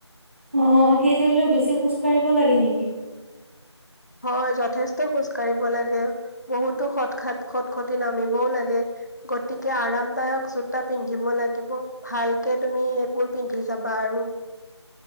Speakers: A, on the right; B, on the left.
A: অ' সেই ঠাইলৈ বেছি খোজ কাঢ়িব লাগে নেকি?
B: হয় যথেষ্ট খোজকাঢ় কাঢ়িৰ লাগে বহুতো সৎ, সৎ-খতি নামিবও লাগে গতিকে আৰামদায়ক জোতা পিন্ধিব লাগিব, ভালকে তুমি এইবোৰ পিন্ধি যাবা আৰু।